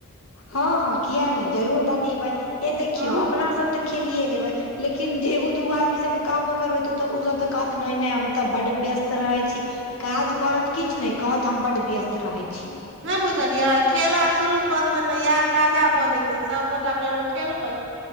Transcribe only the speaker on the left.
हँ हँ, किएक नहि, जरूर बनेबै। ए देखियौ,
अपना सभ तऽ खेलिए लेबै। लेकिन जे एगो दूगो आदमीसभकेँ कहबो करबै तऽ ओ तऽ ओसभ तऽ कहत नहि नै हम तऽ बड्ड व्यस्त रहै छी। काज करत किछ नहि कहत हम बड्ड व्यस्त रहै छी।